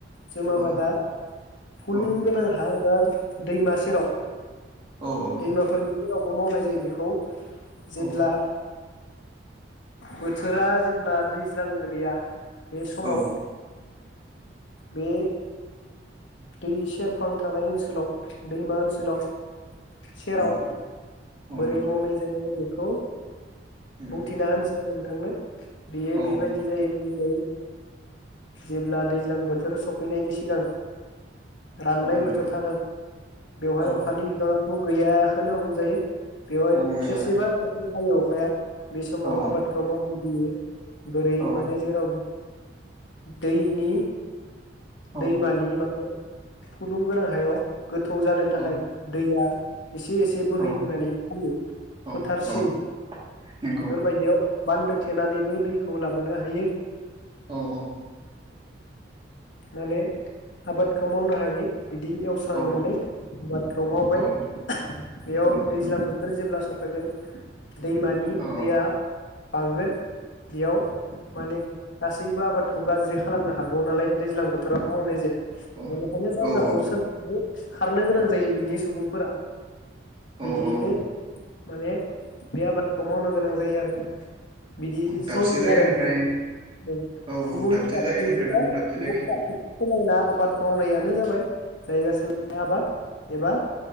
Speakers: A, on the left; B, on the right.
A: जुमाबादा
B: औ
A: फुलुंगोनां
B: औ
A: हा एबा दैमा सेराव
B: औ
A: दैमाफोरनि आबबो मावनाय जायो बेखौ जेब्ला
B: औ
A: बोथोरा जेब्ला दैज्लां गोलैया बे समाव
B: औ
A: बे दै सेरफां थानाय ओनसोलाव दैमा ओनसोलाव सेराव
B: नंगौ औ
A: बोरै
B: नंगौ
A: मावनाय जायो। खौ
B: उम
A: बुंथिना होनोसै आंनि थांनो बेयो
B: औ
A: बेबायदि
B: औ
A: जायो जेरै जेब्ला दैज्लां बोथो थोर सफैनायनि सिगां राननाय
B: औ नंगौ
A: बोथोर थागोन बेवहाय
B: औ
A: अखानि बिबाङा गैयखौनो हमजायो। बेवहाय
B: औ गैया
A: खेबसेबा खेबनै हायो अखाया बे समाव
B: औ
A: आबादखौ मावो बियो बोरै
B: औ
A: माने जेराव दैनि
B: औ
A: दैमानि माने फुलुं गोनां हायाव गोथौ जानायनि थाखाय
B: औ
A: दैया एसे एसे बोहैबोनानै
B: औ
A: फैयो फोथारसिम
B: औ औ नंगौ
A: बेफोरबायदियाव। बान्दो थेनानैबो दैखौ लाबोनो हायो। <inaudible> <inaudible>
B: औ औ
A: माने आबादखौ मावनो हायो। बिदि एवस्रांनानै
B: औ
A: आबादखौ मावबाय
B: औ
A: बेयाव
B: औ
A: दैज्लां। बेफोर जेब्ला सफैगोन। दैमानि
B: औ
A: दैया। बांगोन बेयाव माने। गासैबो आबादखौ गाज्रि खालामनो हागौ नालाय। दैज्लां बोथो रा मावनाय जाया
B: औ
A: बेनिखायनो जायगाखौ
B: औ
A: सोलानायनै। खारनो गोनां जायो बिनि सुबुंफोरा। बिदियैनो।
B: औ औ
A: माने बे आबादखौ मावनो गोनां जायो आरो। बिदि
B: दाबसे
A: सलियो
B: जायगानिफ्राय
A: आरो माने औ
B: औ औ
A: गुबुन
B: दाबसे
A: दाबसेनिफ्राय
B: जायगानिफ्राय गुबुन दाबसे
A: <unintelligible>
B: जायगासिम
A: सोलायना आबाद मावनायानो जाबाय। जायगा सोलायनाय आबाद एबा